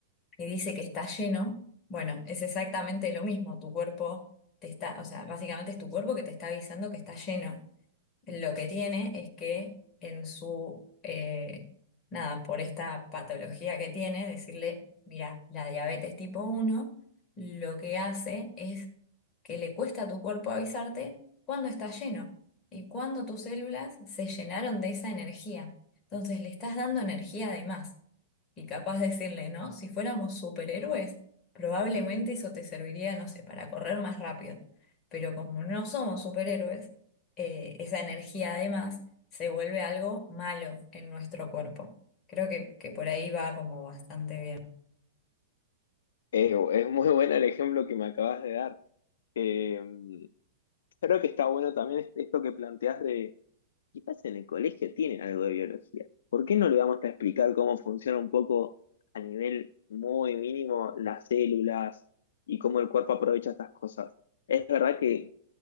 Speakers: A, on the left; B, on the left.
A: y dice que está lleno, bueno, es exactamente lo mismo, tu cuerpo te está, o sea, básicamente es tu cuerpo que te está avisando que está lleno. Lo que tiene es que en su, eh, nada, por esta patología que tiene, decirle, mira, la diabetes tipo uno lo que hace es que le cuesta a tu cuerpo avisarte cuando está lleno y cuando tus células se llenaron de esa energía. Entonces le estás dando energía de más. Y capaz decirle, ¿no? Si fuéramos superhéroes, probablemente eso te serviría, no sé, para correr más rápido. Pero como no somos superhéroes, eh, esa energía además se vuelve algo malo en nuestro cuerpo. Creo que, que por ahí va como bastante bien.
B: Eh, es muy bueno el ejemplo que me acabas de dar. Eh, creo que está bueno también es- esto que planteas de, quizás en el colegio tienen algo de biología. ¿Por qué no le vamos a explicar cómo funciona un poco a nivel muy mínimo las células y cómo el cuerpo aprovecha estas cosas? Es verdad que,